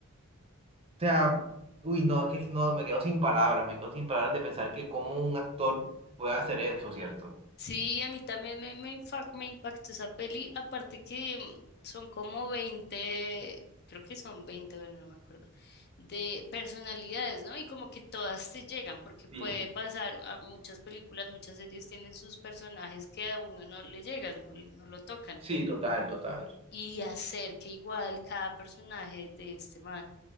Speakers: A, on the right; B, on the left.
A: O sea, uy, no, es que no, me quedo sin palabras, me quedo sin palabras de pensar que cómo un actor puede hacer eso, ¿cierto?
B: Sí, a mí también me, me, infa- me impactó esa peli, aparte que mm, son como 20, creo que son 20, bueno, no me acuerdo, de personalidades, ¿no? Y como que todas te llegan, porque puede
A: Sí,
B: pasar, a muchas películas, muchas series tienen sus personajes que a uno no le llegan, no, no lo tocan.
A: sí, total, total.
B: Y hacer que igual cada personaje de este man